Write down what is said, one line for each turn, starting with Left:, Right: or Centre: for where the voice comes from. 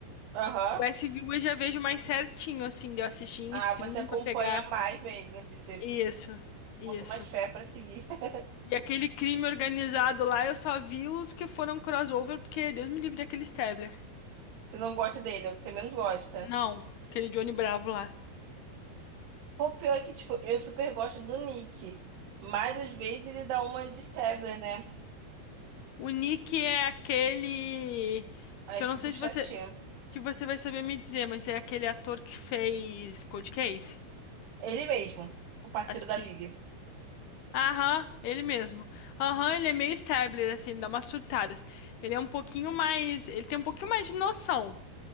Right: aham.
Left: O S SVU eu já vejo mais certinho, assim, de eu assistir em
Right: Ah,
Left: streaming
Right: você acompanha
Left: pra pegar.
Right: mais mesmo, assim, você
Left: Isso, isso.
Right: bota mais fé pra seguir. <laughs>
Left: E aquele crime organizado lá, eu só vi os que foram crossover, porque Deus me livre daquele Stabler.
Right: Você não gosta dele, é o que você menos gosta.
Left: Não, aquele Johnny Bravo lá.
Right: O pior é que, tipo, eu super gosto do Nick, mas às vezes ele dá uma de Stabler, né?
Left: O Nick é aquele
Right: Aí
Left: que
Right: eu
Left: eu não
Right: fico
Left: sei
Right: chateada.
Left: se você que você vai saber me dizer, mas é aquele ator que fez Cold Case.
Right: Ele mesmo, o parceiro
Left: Acho
Right: da
Left: que
Right: Lily.
Left: Aham, ele mesmo. Aham, ele é meio Stabler, assim, ele dá umas surtadas. Ele é um pouquinho mais. Ele tem um pouquinho mais de noção.